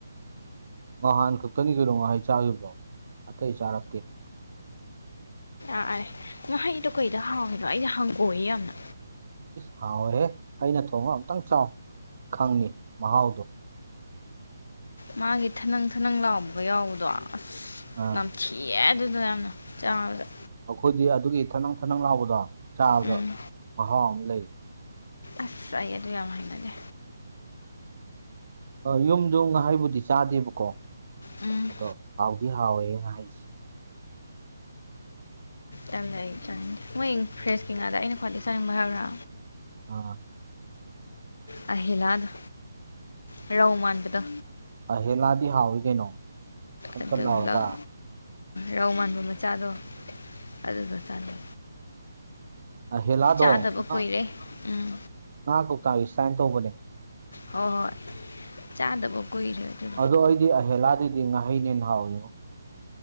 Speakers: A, on the right; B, on the left.
A: ꯅꯍꯥꯟ ꯈꯛꯇꯅꯤ ꯀꯩꯅꯣ ꯉꯍꯥꯏ ꯆꯥꯈꯤꯕꯗꯣ ꯑꯇꯩ ꯆꯥꯔꯛꯇꯦ
B: ꯑꯥꯔꯦ ꯉꯍꯩꯗꯣ ꯀꯩꯗ ꯍꯥꯎꯏꯤꯅꯣ ꯑꯩꯗꯤ ꯍꯪꯀꯣꯛꯑ ꯌꯥꯝꯅ
A: ꯏꯁ ꯍꯥꯎꯋꯦꯍꯦ ꯑꯩꯅ ꯊꯣꯡꯉ ꯑꯝꯛꯇꯪ ꯆꯥꯎ ꯈꯪꯅꯤ ꯃꯍꯥꯎꯗꯣ
B: ꯃꯥꯒꯤ ꯊꯅꯪ ꯊꯅꯪ ꯂꯥꯎꯕꯒ ꯌꯥꯎꯕꯗꯣ ꯑꯁ
A: ꯑꯥ
B: ꯊ ꯊꯤꯑꯦ ꯑꯗꯨꯗ ꯌꯥꯝꯅ ꯆꯥꯕꯗ
A: ꯑꯩꯈꯣꯏꯗꯤ ꯑꯗꯨꯒꯤ ꯊꯅꯪ ꯊꯅꯪ ꯂꯥꯎꯕꯗ ꯆꯥꯕꯗ
B: ꯎꯝ
A: ꯃꯍꯥꯎ ꯑꯃ ꯂꯩ
B: ꯑꯁ ꯑꯩꯥ ꯑꯗꯨ ꯌꯥꯝ ꯍꯥꯏꯅꯗꯦ
A: ꯑ ꯌꯨꯝꯗ ꯉꯍꯥꯏꯕꯨꯗꯤ ꯆꯥꯗꯦꯕꯀꯣ
B: ꯎꯝ
A: ꯑꯗꯣ ꯍꯥꯎꯗꯤ ꯍꯥꯎꯋꯦ ꯉ ꯍꯥꯏꯁꯦ
B: ꯌꯥꯝ ꯂꯩ ꯆꯥꯅꯤꯡꯗꯦ ꯃꯣꯏ ꯐ꯭ꯔꯦꯁꯀꯤ ꯉꯥꯗ ꯑꯩꯅ ꯈ꯭ꯋꯥꯏꯗꯗꯒꯤ ꯆꯥꯅꯤꯡꯕ ꯍꯥꯏꯕ꯭ꯔꯥ
A: ꯑꯣ
B: ꯑꯍꯤꯂꯥꯗꯣ ꯔꯧ ꯃꯥꯟꯕꯗꯣ
A: ꯑꯍꯦꯂꯥꯗꯤ ꯍꯥꯎꯏ ꯀꯩꯅꯣ ꯈꯟ
B: ꯑꯗꯨꯒ
A: ꯈꯟ ꯂꯥꯎꯔꯒ
B: ꯂꯧ ꯔꯧ ꯃꯥꯟꯕ ꯃꯆꯥꯗꯣ ꯑꯗꯨꯗ ꯆꯥꯅꯩ
A: ꯑꯍꯦꯂꯥꯗꯣ
B: ꯆꯥꯗꯕ
A: ꯉꯥ
B: ꯀꯨꯏꯔꯦ ꯎꯝ
A: ꯉꯥ ꯀꯧꯇꯥꯥꯒꯤ ꯁꯨꯃꯥꯏꯅ ꯇꯧꯕꯅꯦ
B: ꯍꯣꯏ ꯍꯣꯏ ꯆꯥꯗꯕ ꯀꯨꯏꯔꯦ ꯑꯗꯨ
A: ꯑꯗꯣ ꯑꯩꯗꯤ ꯑꯍꯦꯂꯥꯗꯗꯤ ꯉꯥꯍꯩꯅꯦ ꯍꯥꯎꯌꯣ